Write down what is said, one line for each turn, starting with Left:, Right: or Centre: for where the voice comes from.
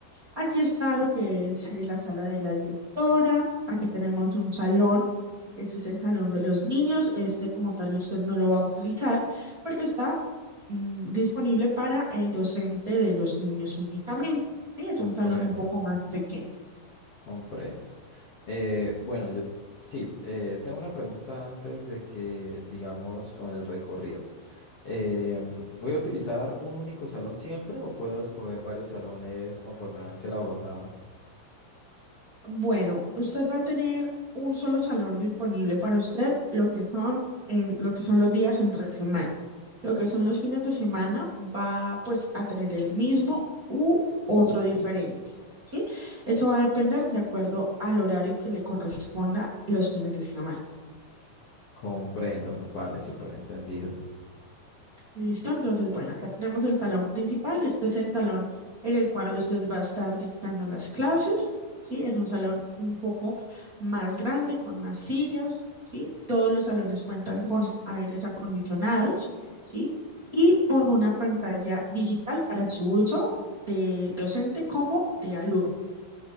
Right: Aquí está lo que es eh, la sala de la directora. Aquí tenemos un salón. Este es el salón de los niños. Este como tal usted no lo va a utilizar porque está mm, disponible para el docente de los niños únicamente. Sí, es
Left: Comprendo,
Right: un salón un poco más pequeño.
Left: comprendo. Eh, bueno, yo sí, eh, tengo una pregunta antes de que sigamos con el recorrido. Eh, mm, ¿voy a utilizar un único salón siempre o puedo escoger varios salones conforme avance la jornada?
Right: Bueno, usted va a tener un solo salón disponible para usted, lo que son en lo que son los días entre semana. Lo que son los fines de semana va pues a tener el mismo u otro diferente, ¿sí? Eso va a depender de acuerdo al horario que le corresponda los fines de semana.
Left: Comprendo, no, vale, súper entendido.
Right: Listo, entonces, bueno, acá tenemos el salón principal. Este es el salón en el cual usted va a estar dictando las clases, ¿sí? Es un salón un poco más grande, con más sillas, ¿sí? Todos los salones cuentan con aires acondicionados, ¿sí? Y con una pantalla digital para su uso de docente como de alumno,